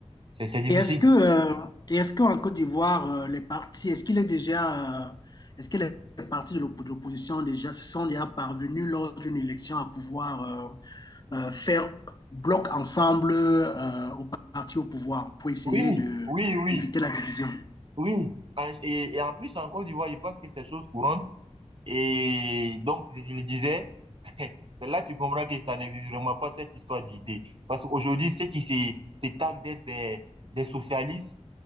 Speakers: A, on the right (about 50°); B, on the left (about 35°).
A: C'est c'est difficile.
B: Et est-ce que, euh, et est-ce qu'en Côte d'Ivoire, euh, les partis, est-ce qu'il est déjà, euh, est-ce que les partis de l'op- de l'opposition déjà se sont déjà parvenus lors d'une élection à pouvoir euh, euh, faire bloc ensemble euh, aux partis au pouvoir pour essayer
A: Oui,
B: de
A: oui, oui,
B: d'éviter la division?
A: oui. En- Et, et en plus, en Côte d'Ivoire, je pense que c'est chose courante. Et donc, je le disais, <laughs> c'est là que tu comprends que ça n'existe vraiment pas, cette histoire d'idée. Parce qu'aujourd'hui, ceux qui se, se targuent d'être des, des socialistes